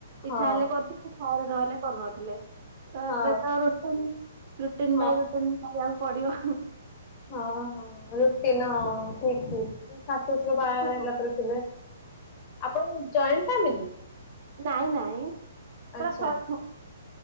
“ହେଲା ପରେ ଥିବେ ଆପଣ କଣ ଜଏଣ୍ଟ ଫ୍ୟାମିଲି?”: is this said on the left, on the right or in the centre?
Left